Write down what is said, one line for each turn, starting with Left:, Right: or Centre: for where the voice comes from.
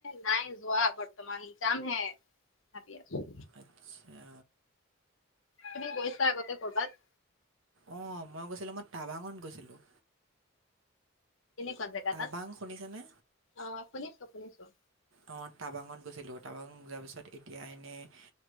Left: নাই যোৱা বৰ্তমান যাম হে ভাবি আছো।
Right: আচ্ছা।
Left: তুমি গৈছা আগতে ক'ৰবাত?
Right: অ মই গৈছিলো মই টাৱাঙত গৈছিলোঁ।
Left: কেনেকুৱা জেগা
Right: টাবাং
Left: তাত
Right: শুনিছেনে
Left: অ শুনিছোঁ শুনিছোঁ।
Right: অ', টাবাঙত গৈছিলোঁ, টাবাংত যোৱাৰ পিছত এতিয়া এনে অ',